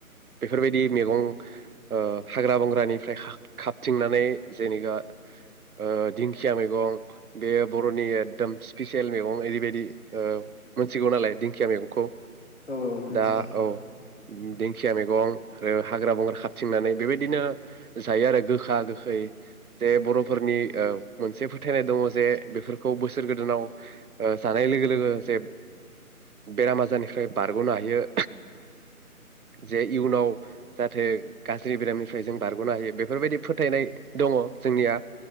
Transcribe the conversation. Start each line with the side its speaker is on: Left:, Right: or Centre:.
Right: बेफोरबायदि मैगं ओ हाग्रा बंग्रानिफ्राय खाबथिंनानै जेनेबा ओ दिंखिया मैगं बेयो बर'नि एकदम स्पिसियेल मैगं ओरैबायदि ओ मोनथिगौ नालाय दिंखिया मैगंखौ
Left: औ औ मिथिगौ।
Right: दा औ दिंखिया मैगं आरो हाग्रा बंग्रा खाबथिंनानै बेबायदिनो जायो आरो गोखा गोखै जे
Left: औ
Right: बर'फोरनि ओ मोनसे फोथायनाय दङ जे बेफोरखौ बोसोर गोदानाव ओ जानाय लोगो लोगो जे बेराम आजारनिफ्राय बारगनो हायो। जे इयुनाव जाहाथे गाज्रि बेरामनिफ्राय जों बारगनो हायो। बेफोरबायदि फोथायनाय दङ जोंनिया।